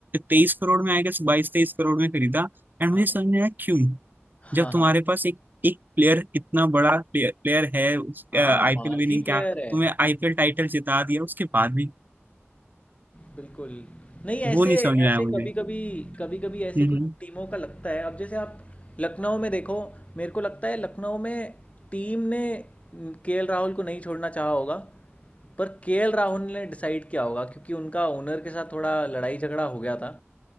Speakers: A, on the right; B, on the left.
A: तेईस करोड़ में आई गेस बाईस तेईस करोड़ में खरीदा एंड
B: हाँ
A: मुझे समझ नहीं आया क्यों जब
B: हाँ हाँ
A: तुम्हारे पास एक एक प्लेयर इतना बड़ा प्लेयर, प्लेयर है उस
B: हाँ,
A: आईपीएल
B: बाहर
A: विनिंग
B: की प्लेयर
A: क्या
B: है
A: तुम्हें आईपीएल टाइटल जिता दिया उसके बाद भी
B: बिल्कुल, नहीं ऐसे
A: वो नहीं समझ में
B: ऐसे
A: आया मुझे
B: कभी-कभी कभी-कभी ऐसे
A: हम्म
B: कुछ टीमों का लगता है। अब जैसे आप लखनऊ में देखो, मेरे को लगता है लखनऊ में टीम ने उम, केएल राहुल को नहीं छोड़ना चाहा होगा, पर केएल राहुल ने डिसाइड किया होगा क्योंकि उनका ओनर के साथ थोड़ा लड़ाई-झगड़ा हो गया था।